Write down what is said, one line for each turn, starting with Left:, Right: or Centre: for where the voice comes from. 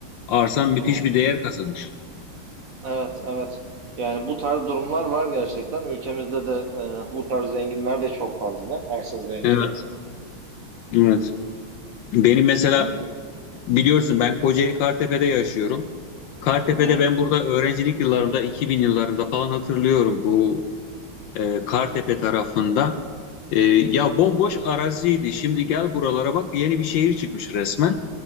Left: Arsan
Right: Hı hı.
Left: müthiş bir değer kazanır.
Right: Evet, evet. Yani bu tarz durumlar var gerçekten. Ülkemizde de e, bu tarz zenginler de çok fazla. Arsa zengini.
Left: Evet. Evet. Benim mesela
Right: Bu
Left: biliyorsun ben Kocaeli Kartepe'de yaşıyorum. Kartepe'de
Right: Hı hı.
Left: ben burada öğrencilik yıllarımda 2000 yıllarında falan hatırlıyorum bu e, Kartepe tarafında. E, ya bomboş araziydi. Şimdi gel buralara bak yeni bir şehir çıkmış resmen.